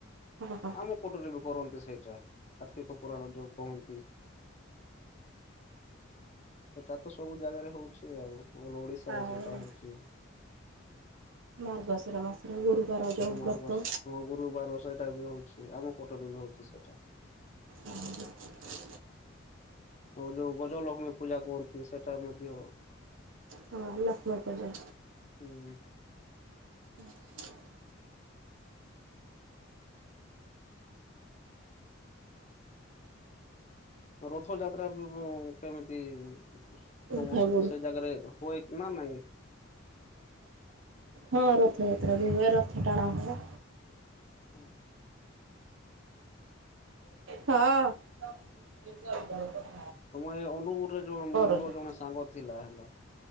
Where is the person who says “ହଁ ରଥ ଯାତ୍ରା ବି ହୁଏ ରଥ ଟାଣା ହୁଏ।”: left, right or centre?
Right